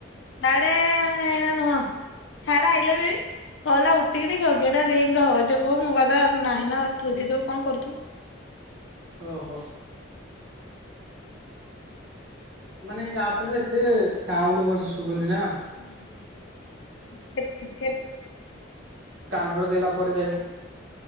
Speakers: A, on the left; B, on the right.
A: ହିଆଡେ ଏଇନା ନୁହଁ ହିଆଡେ ଆଇଲେ ବି କଲଟା ୱେଟିଙ୍ଗ ଦେଖେବ କି ଏଟା ରିଙ୍ଗ ହବ ଯିଏ କହିବ ମୋବାଇଲ ନାହି ନା ଥୋଇ ଦେଇଥିବ କଣ କରୁଥୁବ।
B: ଓହୋ। ମାନେ ଏ ଆପଟା ରେ ଏତେ ସାଉଣ୍ଡ ଭଲସେ ଶୁଭୁନି ନା?
A: ହୁଁଉଁ
B: କାନ ରେ ଦେଲା ପରେ ଯାଇକି